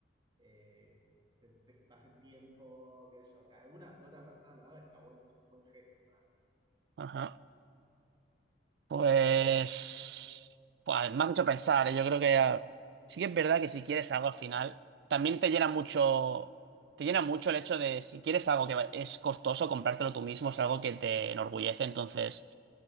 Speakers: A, on the right (about 25°); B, on the right (about 65°).
A: eh, se, te pasen tiempo, que yo, que una que otra persona lo haga, está bueno, es un buen gesto para mí.
B: Ajá. Pues,
A: Pero eso preferiría.
B: pues me ha hecho pensar, ¿eh? Yo creo que ah, sí que es verdad que si quieres algo al final, también te llena mucho, te llena mucho el hecho de si quieres algo que va- es costoso, comprártelo tú mismo, es algo que te enorgullece. Entonces,